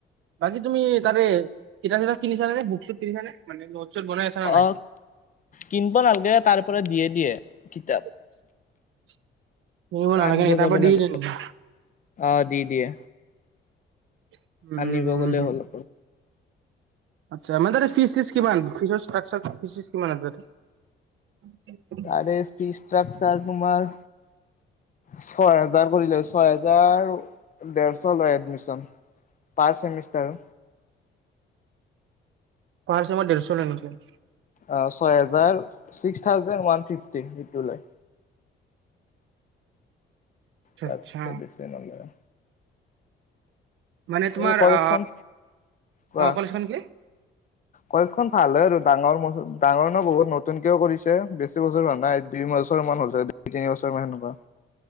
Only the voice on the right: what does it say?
বাকী তুমি তাতে কিতাপ-চিতাপ কিনিছা নে, বুক-চুক কিনিছা নে? মানে ন'ট-চ'ত বনাই আছে হয় নাই?
<inaudible> কিনিব
নালাগে
নেকি
তাৰ পৰা দি
দিয়ে নেকি
<inaudible>
উম
উম উম।
আচ্ছা! মানে তাতে ফিছ-চিছ কিমান? ফিচৰ চাৰ্ট-চাচ, ফিছ-চিছ কিমান আছে তাত?
ফাৰ্ষ্ট চেমৰ ডেৰশ লয় নেকি?
আচ্ছা
আচ্ছা
মানে তোমাৰ
অ!
অ, কলেজখন কি?